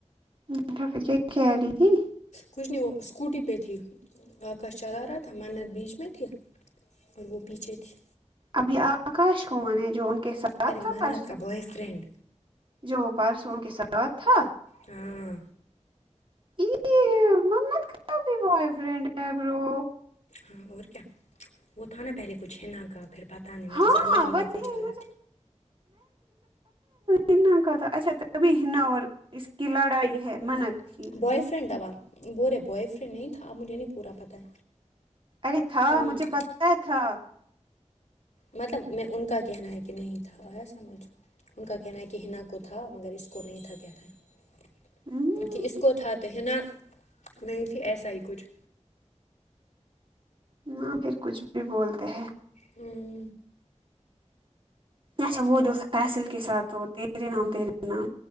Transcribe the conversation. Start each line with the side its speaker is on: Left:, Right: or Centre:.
Right: <unintelligible> م خلی تھی
Left: کچھ نہیں وہ اسکوٹی پہ تھی آکاش چلا رہا تھا منت بیچ میں تھی اور وہ پیچھے تھی
Right: اب یہ آکاش کون ہے جو ان کے ساتھ
Left: ارے
Right: تھا
Left: منت
Right: پرسوں
Left: کا بؤے فرینڈ
Right: جو پرسوں ان کے ساتھ تھا
Left: ہاں
Right: یہ منت کا بھی بوائے فرینڈ برو
Left: ہاں اور کیا وہ تھا نا پہلے کچھ ہینا کا پھر پتا نہیں مجھے
Right: ہاں
Left: سمجھ ہی
Right: وہی
Left: نہیں کچھ آیا
Right: مجھے ہینا کا تھا اچھا تبھی ہینا اور اس کی لڑائی ہے
Left: ہ
Right: منت کی
Left: بوئے فرینڈ دبا ب رہے بوائے فرینڈ نہیں تھا مجھے نہیں پورا پتا ہے
Right: ارے تھا
Left: انہوں
Right: مجھے
Left: نے
Right: پتا ہے تھا
Left: مطلب میں ان کا کہنا ہے کہ نہیں تھا آیی سمجھ ان کا کہنا ہے کہ ہینا کو تھا مگر اس کو نہیں تھا کیا تھا
Right: ہاں
Left: کہ اس کو کو تھا تو ہینا نہیں تھی ایسا ہی کچھ
Right: نہ پھر کچھ بھی بولتے ہیں
Left: ہوں
Right: اچھا وہ جو فیصل کے ساتھ تو تیرے نام تیرے نام